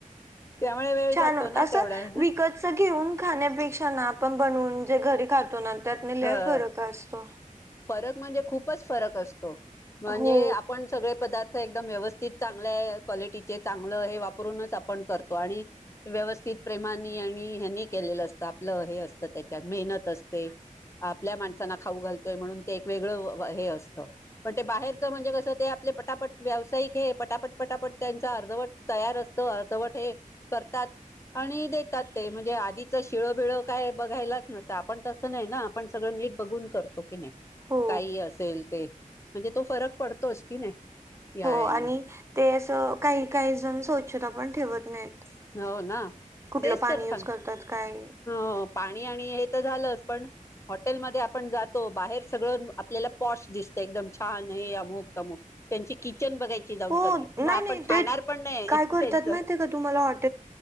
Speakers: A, on the left; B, on the right.
A: त्यामुळे वेळ
B: छान
A: जातो
B: होत
A: ना
B: असं
A: तेवढा
B: विकतचं घेऊन खाण्यापेक्षा ना आपण बनवून जे घरी खातो ना त्यातनं लय
A: ह
B: फरक असतो.
A: फरक म्हणजे खूपच फरक असतो. म्हणजे
B: हो
A: आपण सगळे पदार्थ एकदम व्यवस्थित चांगल्या क्वालिटीचे चांगलं हे वापरूनच आपण करतो. आणि व्यवस्थित प्रेमानी आणि ह्यानी केलेलं असतं आपलं हे असतं. त्याच्यात मेहनत असते आपल्या माणसाना खाऊ घाल म्हणून ते एक वेगळं हे असतं. पण ते बाहेरचं म्हणजे कसं ते आपले पटापट व्यावसायिक हे पटापट पटापट त्यांचा अर्धवट तयार असतो. अर्धवट हे करतात आणि देतात. ते म्हणजे आधीचं शिळं बिळं काय बघायलाच नसतं आपण तसं नाही ना आपण सगळं नीट बघून करतो. हो की नाय.
B: हो
A: काही ही असेल ते म्हणजे तो फरक पडतोच की नाही? यानी
B: हो. आणि ते अस काही काही जण सोच्छता पण ठेवत नाहीत.
A: हो ना
B: कुठलं
A: तेच
B: पाणी
A: तर सांगते.
B: युज करतात काय
A: हो पाणी आणि हे तर झालंच पण हॉटेलमध्ये आपण जातो बाहेर सगळं आपल्याला पॉश दिसत एकदम छान हे अमुक अमोक त्यांची कि किचन बघायची जाऊन
B: हो
A: कधी. मग
B: नाही
A: आपण
B: नाही
A: खाणार
B: ते
A: पण नाही
B: काय करतात
A: त्यांच
B: माहितीय का <inaudible>